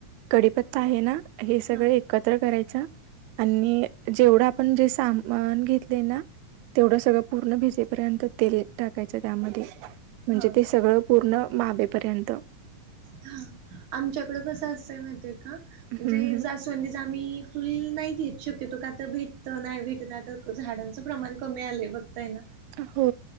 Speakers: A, on the right; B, on the right.
A: कडीपत्ता आहे ना हे सगळे
B: हा
A: एकत्र कराय चा आणि जेवढं आपण जे सामान घेतलय ना. तेवढं सगळं पूर्ण भिजेपर्यंत तेल टाकायचं त्यामध्ये. म्हणजे
B: हा
A: ते सगळं पूर्ण मावेेपर्यंत.
B: हा. आमच्याकड कसं असतंय माहितय का म्हणजे
A: हम्म हम्म.
B: जास्वंदीचं आम्ही फुल नाही घेत. शक्यतो का आता भेटत नाही भेटत तर झाडांचं प्रमाण कमी आलंय बघतय ना?
A: हो